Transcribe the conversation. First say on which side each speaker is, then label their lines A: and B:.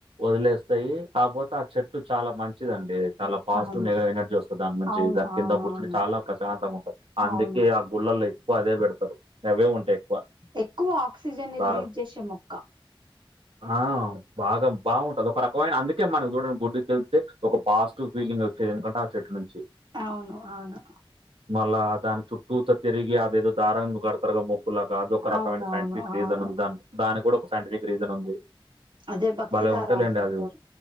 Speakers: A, on the right; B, on the right.
A: వదిలేస్తాయి కాపోతే ఆ చెట్టు చాలా మంచిది అండి చాలా పాజిటివ్
B: అవును
A: నె్ ఎనర్జీ వస్తుంది దాని నుంచి
B: అవును
A: దాని కింద
B: అవును
A: కూర్చుని
B: అవును
A: చాలా ప్రశాంతంగా ఉంటంది అందుకే
B: అవును
A: ఆ గుళ్ళ లో ఎక్కువ అదే పెడతారు గవే ఉంటాయి ఎక్కువ
B: ఎక్కువ ఆక్సిజన్ని ని
A: బాగా
B: రిలీజ్ చేసే మొక్క
A: ఆ బాగా బాగుంటది ఒక రకమైన అందుకే మన చూడండి బోడి వెళ్తే ఒక పాజిటివ్ ఫీలింగ్ వచ్చేది ఎందుకంటే ఆ చెట్టు నుంచి
B: అవును అవును
A: మళ్ళా దాని చుట్టూతో తిరిగి అదేదో దారాంగా కడతారు కద మో కుల్లగా అదొ ఒక రకమైన
B: అవునవును
A: సైంటిఫిక్
B: అవును
A: రీజన్
B: అవును
A: ఉంది దా దాని కూడా ఒక సైంటిఫిక్ రీజన్ ఉంది
B: అదే భక్తి
A: భలే
B: దారలు
A: ఉంటలేండి
B: చుడతారు
A: అది